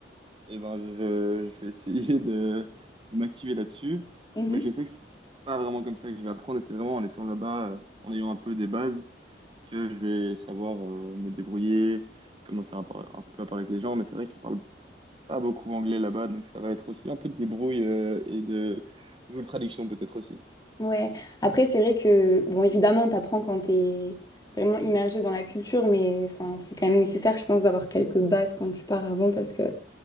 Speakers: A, on the right (about 30°); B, on the left (about 20°).
A: et ben je, je vais essayer de, de m'activer là-dessus,
B: Mhm.
A: mais je sais que c'est pas vraiment comme ça que je vais apprendre, et c'est vraiment en étant là-bas, euh, en ayant un peu des bases, que je vais savoir euh, me débrouiller, commencer un, par- un peu à parler avec les gens, mais c'est vrai qu'ils parlent pas beaucoup anglais là-bas, donc ça va être aussi un peu de débrouille euh, et de Google Traduction peut-être aussi.
B: Ouais. Après, c'est vrai que, bon, évidemment, t'apprends quand t'es vraiment immergé dans la culture, mais enfin, c'est quand même nécessaire, je pense, d'avoir quelques bases quand tu pars avant parce que